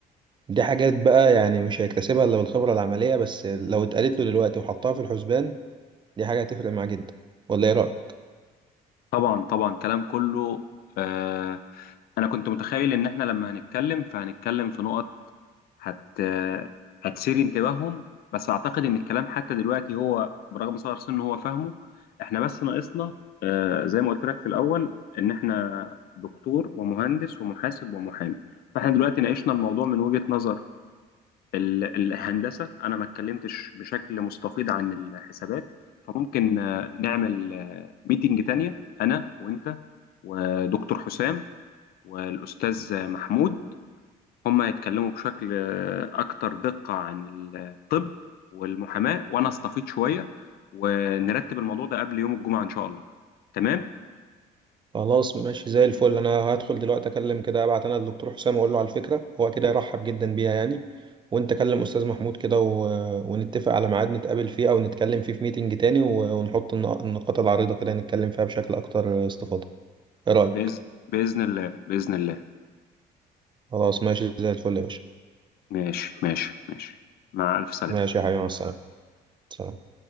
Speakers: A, on the right; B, on the left.
A: دي حاجات بقى يعني مش هيكتسبها إلا بالخبرة العملية بس لو اتقالت له دلوقتي وحطها في الحسبان دي حاجة هتفرق معاه جدا ولا إيه رأيك؟
B: طبعا طبعا كلام كله آه انا كنت متخيل ان احنا لما هنتكلم فهنتكلم في نقط هت هتثير انتباههم بس اعتقد ان الكلام حتى دلوقتي هو برغم صغر سنه هو فاهمه احنا بس ناقصنا آه، زي ما قلت لك في الاول ان احنا دكتور ومهندس ومحاسب ومحامي فاحنا دلوقتي ناقشنا الموضوع من وجهة نظر ال- الهندسة انا ما اتكلمتش بشكل مستفيض عن الحسابات فممكن آه، نعمل آه، ميتنج تانية انا وانت ودكتور حسام والاستاذ محمود هم يتكلموا بشكل آه، أكتر دقة عن الطب والمحاماة وأنا أستفيض شوية ونرتب الموضوع ده قبل يوم الجمعة إن شاء الله تمام
A: خلاص ماشي زي الفل انا هدخل دلوقتي اكلم كده ابعت انا الدكتور حسام واقول له على الفكره هو كده يرحب جدا بيها يعني وانت كلم استاذ محمود كده و... ونتفق على ميعاد نتقابل فيه او نتكلم فيه في ميتنج تاني و... ونحط الن- النقاط العريضه كده نتكلم فيها بشكل اكتر استفاضه ايه رايك
B: بإذن بإذن الله بإذن الله
A: خلاص ماشي زي الفل يا باشا
B: ماشي ماشي ماشي مع ألف سلامة
A: ماشي يا حبيبي مع السلامه سلام.